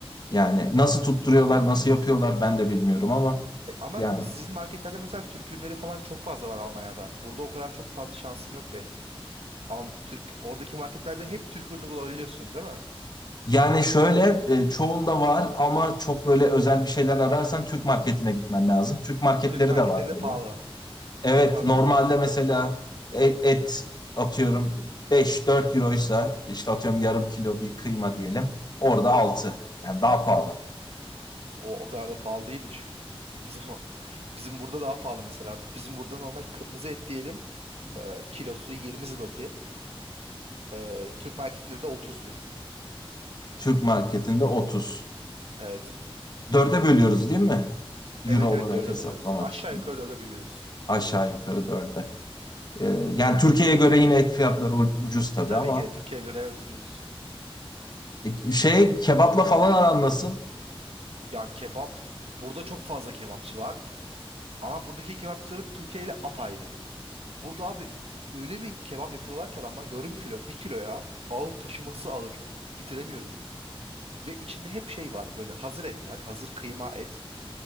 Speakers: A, on the left; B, on the right.
A: Yani nasıl tutturuyorlar, nasıl yapıyorlar ben de bilmiyorum ama
B: E, ama
A: yani
B: sizin marketlerde mesela Türk ürünleri falan çok fazla var Almanya'da. Burada o kadar çok fazla şansım yok benim. Ama Türk oradaki marketlerde hep Türk ürünü bulabiliyorsun değil mi?
A: Yani şöyle e, çoğunda var ama çok böyle özel bir şeyler ararsan Türk marketine gitmen lazım. Türk marketleri
B: Türk marketleri
A: de var
B: de
A: burada.
B: pahalı.
A: Evet
B: Onlar
A: normalde
B: da pahalı değil
A: mesela
B: mi?
A: et, et atıyorum 5-4 euroysa işte atıyorum yarım kilo bir kıyma diyelim. Orada altı yani daha pahalı.
B: O o kadar da pahalı değilmiş. <laughs> O zaman bizim burada daha pahalı mesela. Bizim burada normal kırmızı et diyelim. Ee, kilosu 20 zloty. Ee, Türk marketinde de otuzdur.
A: Türk marketinde 30.
B: Evet.
A: dörde bölüyoruz değil mi? Euro
B: Evet
A: olarak
B: evet dörde
A: hesaplamak
B: biliyoruz. Aşağı
A: için.
B: yukarı dörde biliyoruz.
A: Aşağı yukarı dörde. E, yani Türkiye'ye göre yine et fiyatları u- ucuz tabii
B: E tabii
A: ama
B: ki de Türkiye'ye göre evet ucuz.
A: e, şey kebapla falan aran nasıl?
B: Ya kebap. Burada çok fazla kebapçı var. Ama buradaki kebapçıları Türkiye ile apayrı. Burada abi öyle bir kebap yapıyorlar ki adamlar yarım kilo, bir kilo ya. Ağır taşıması ağır. Bitiremiyorum. Ve içinde hep şey var böyle hazır etler, hazır kıyma et.